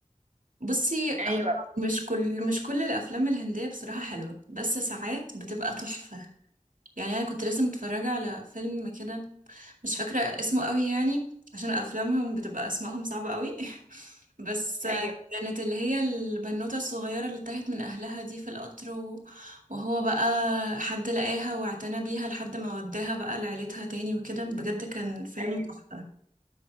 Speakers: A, on the right; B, on the right.
A: بصي
B: ايوه
A: هو مش كل مش كل الافلام الهنديه بصراحه حلوه بس ساعات بتبقى تحفه يعني انا كنت لسه متفرجه على فيلم كده مش فاكره اسمه قوي يعني عشان افلامهم بتبقى اسمائهم صعبه قوي <laughs> بس
B: ايوه
A: كانت اللي هي البنوته الصغيره اللي تاهت من اهلها دي في القطر و- وهو بقى حد لقاها واعتنى بيها لحد ما وداها بقى لعيلتها تاني وكده بجد كان فيلم
B: ايوه
A: تحفه